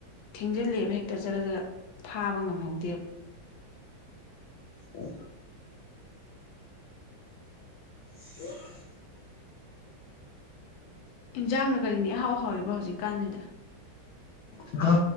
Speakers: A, on the left (about 70°); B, on the left (about 85°).
A: ꯊꯦꯡꯖꯤꯜꯂꯦꯕ ꯍꯦꯛꯇ ꯆꯠꯂꯗ ꯐꯥꯕ ꯉꯝꯍꯧꯗꯦꯕ
B: ꯎ ꯍ
A: ꯏꯟꯁꯥꯡꯅ ꯀꯔꯤꯅꯤ ꯑꯍꯥꯎꯍꯥꯎꯔꯤꯕ ꯍꯧꯖꯤꯛꯀꯥꯟꯁꯤꯗ
B: ꯉ